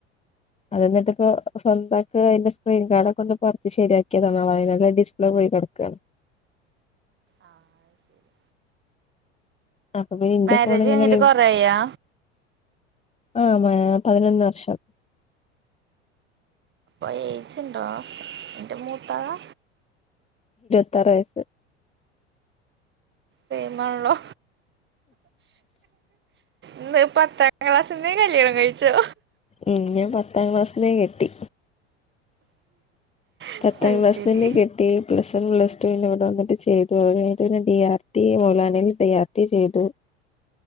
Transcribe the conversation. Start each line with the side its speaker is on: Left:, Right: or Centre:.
Left: അത് ന്നിട്ട്പ്പൊ സ്വന്തയിട്ട് അതിന്റെ സ്ക്രീൻ ഗാർഡ് ഒക്കെ ഒന്ന് പറിച്ച് ശരിയാക്യതാണ് <unintelligible> ഡിസ്പ്ലേ പോ യി കിടക്കാണ്
Right: ആ അഹ് ശരി
Left: അപ്പൊ പിന്നെ ഇന്റെ
Right: മാരേജ്
Left: ഫോൺ ഇങ്ങനല്ലെ
Right: കഴിഞ്ഞിട്ട് കൊറേയാ
Left: ആ മ് പതിനൊന്ന് വർഷം
Right: പ്പ ഏജ്ണ്ടോ? അന്റെ മൂത്താളാ
Left: ത്താറ് വയസ്സ്
Right: സെയിമാണല്ലോ ഇന്ന് പത്താം ക്ലാസ്സിന്നേ കല്യാണം കഴിച്ചോ
Left: ഉം ഞാൻ പത്താം ക്ലാസിന്നേ കെട്ടി
Right: അത്
Left: പത്താം ക്ലാസ്
Right: ശരി
Left: തന്നെ കെട്ടി പ്ലസ് വൺ പ്ലസ് ടു പിന്നെ ബ് ട വന്നിട്ട് ചെയ്തു അതൊക്കെക്കഴിഞ്ഞിട്ട് പിന്നെ ഡി ആർ ടി മൗലനയിൽ ഡി ആർ ടി ചെയ്തു.